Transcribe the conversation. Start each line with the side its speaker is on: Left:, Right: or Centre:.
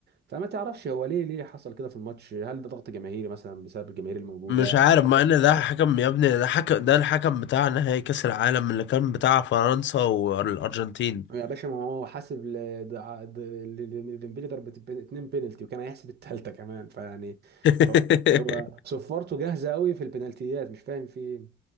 Right: فما تعرفش هو ليه ليه حصل كده في الماتش هل ده ضغط جماهيري مثلا بسبب الجماهير الموجوده
Left: مش عارف مع ان ده حكم يا ابني ده حكم ده الحكم بتاع نهائي كاس العالم اللي كان بتاع فرنسا والارجنتين
Right: يا باشا ما هو حاسب ل- دع- د- ل- ل- ديمبلي ضربة ب- اتنين بينالتي وكان هيحسب التالتة كمان فيعني
Left: <laughs>
Right: هو هو صفارته جاهزه قوي في البنالتيات مش فاهم في ايه